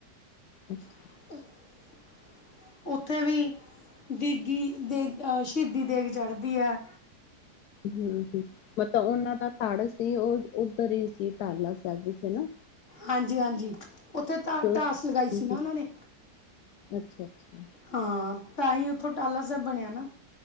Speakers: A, on the left; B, on the left.
A: ਅੱਛਾ
B: <inaudible> ਔਥੇ ਵੀ ਦੀਗੀ ਦੇਗ ਸ਼ਹੀਦੀ ਦੇਗ ਚੜਦੀ ਐ।
A: ਹੂੰ ਹੂੰ ਮਤਲਬ ਔਨਾਂ ਦਾ ਤੜ ਸੀ, ਔ ਉਧਰ ਈ ਸੀ ਟਾਲਾ ਸਾਹਿਬ ਵਿਚ ਹੈਨਾ?
B: ਹਾਂਜੀ, ਹਾਂਜੀ ਔਥੇ ਤਾਂ ਟਾਸ
A: ਹੂੰ
B: ਲਗਾਈ ਸੀ ਨਾ
A: ਹੂੰ
B: ਔਨਾਂ ਨੇ।
A: ਅੱਛਾ, ਅੱਛਾ।
B: ਹਾਂ ਤਾਈ ਉੱਥੋਂ ਟਾਲਾ ਸੈਬ ਬਣਿਆ ਨਾ।